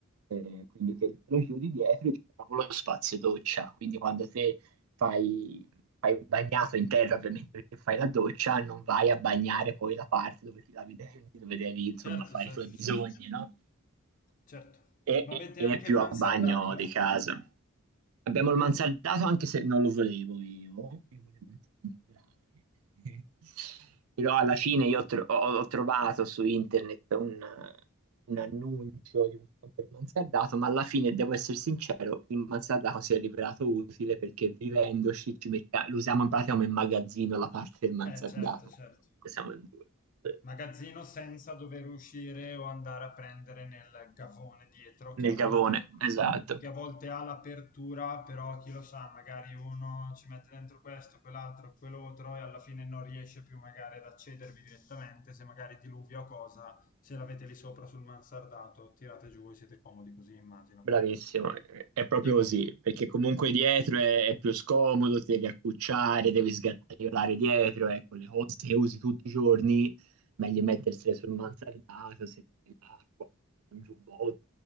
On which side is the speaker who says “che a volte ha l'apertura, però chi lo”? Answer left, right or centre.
Left